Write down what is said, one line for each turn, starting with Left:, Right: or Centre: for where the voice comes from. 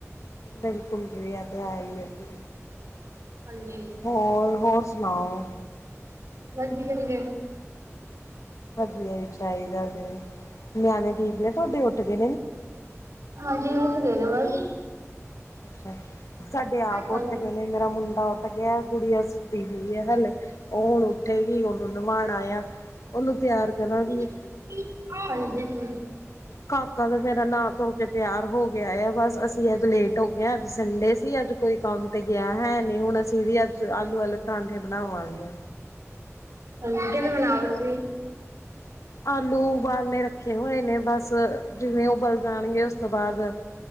Left: ਬਿਲਕੁਲ ਜੀ ਇਹ ਤੇ ਹੈ ਹੀ ਏ ਜੀ
Right: ਹਾਂਜੀ
Left: ਹੋਰ ਹੋਰ ਸੁਣਾਓ
Right: ਨਸਦੀ <unintelligible>
Left: ਵਧੀਆ ਵੀ ਚਾਹੀਦਾ ਜੇ ਨਿਆਣੇ ਠੀਕ ਨੇ ਤੁਹਾਡੇ ਉੱਠ ਕੇ
Right: ਹਾਂਜੀ ਉੱਥੇ ਗਏ ਆ ਬੱਸ
Left: ਅੱਛਾ ਸਾਡੇ ਆਪ ਉੱਠ
Right: ਹਾਂਜੀ
Left: ਗਏ ਨੇ ਮੇਰਾ ਮੁੰਡਾ ਉੱ ਗਿਆ ਗੁੜੀੀਆਂ ਸੁਿੱਤੀ ਵੀਈ ਹੈ ਹਲੇ ਉਹ ਹੁਣ ਉੱਥੇ ਗ ਉਹਨੂੰ ਨਵਾਾਉਣਾ ਆ ਉਹਨੂੰ ਤਿਆਰ ਕਰਾਂਗੀ।
Right: <unintelligible>
Left: ਕਾਕਾ ਦਾ ਮੇਰਾ ਨਾਂ ਧੋ ਕੇ ਤਿਆਰ ਹੋ ਗਿਆ ਗਿਆ ਆ ਬਸ ਅਸੀਂ ਅੱਜ ਲੇਟ ਹੋ ਗਏ ਹਾਂ ਅੱਜ ਸੰਡੇ ਸੀ ਅੱਜ ਕੋਈ ਕੰਮ ਤੇ ਗਿਆ ਹੈ ਨਹੀਂ ਹੁਣ ਅਸੀਂ ਵੀ ਅੱਜ ਆਲੂ ਆਲੇ ਪਰਾਂਠੇ ਬਣਾਵਾਂਗੇ
Right: <unintelligible>
Left: ਆਲੂ ਉਬਾਲਨੇ ਰੱਖੇ ਹੋਏ ਨੇ ਬਸ ਜਿਵੇਂ ਉਬਲ ਜਾਣਗੇ ਉਸ ਤੋਂ ਬਾਅਦ